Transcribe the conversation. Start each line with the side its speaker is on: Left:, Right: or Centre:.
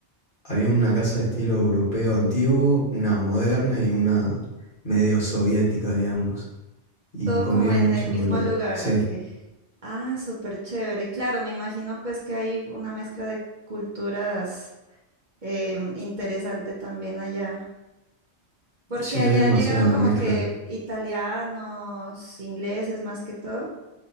Left: había una casa de estilo europeo antiguo, una moderna
Right: Sí.
Left: y una medio soviética, digamos. Y
Right: Todo
Left: conviven
Right: como en
Left: mucho
Right: el mismo
Left: los,
Right: lugar,
Left: sí,
Right: ¿o qué? Ah, súper chévere. Claro, me imagino pues que hay una mezcla de culturas em, interesante también allá. Porque
Left: sí,
Right: allá
Left: hay demasiada
Right: llegaron como
Left: mezcla.
Right: que italianos, ingleses más que todo.